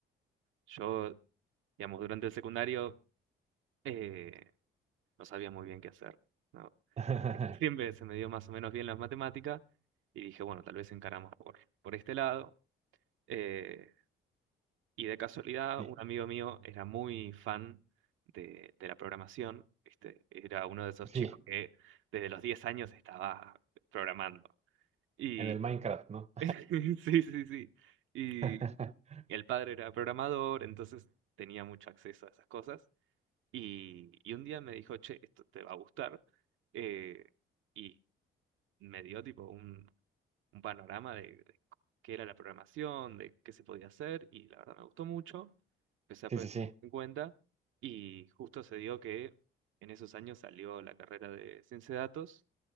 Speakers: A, on the right; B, on the right.
A: yo Digamos, durante el secundario eh, no sabía muy bien qué hacer, ¿no?
B: <laughs>
A: <laughs> Siempre se me dio más o menos bien las matemáticas y dije, bueno, tal vez encaramos por, por este lado. Eh, y de casualidad,
B: Sí,
A: un amigo mío era muy fan de, de la programación, ¿viste? Era uno de esos
B: sí.
A: chicos que desde los 10 años estaba programando. Y
B: en el Minecraft, ¿no?
A: <laughs> sí, sí, sí. Y
B: <laughs>
A: el padre era programador, entonces tenía mucho acceso a esas cosas. Y, y un día me dijo, che, esto te va a gustar. eh, y me dio tipo un, un panorama de, de qué era la programación, de qué se podía hacer. Y la verdad me gustó mucho. Empecé a
B: Sí,
A: poner
B: sí, sí,
A: en cuenta. Y justo se dio que en esos años salió la carrera de ciencia de datos.